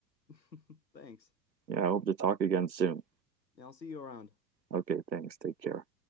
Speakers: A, on the left; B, on the right.
A: <laughs> Thanks.
B: Yeah, I hope to talk again soon.
A: Yeah, I'll see you around.
B: Okay, thanks. Take care.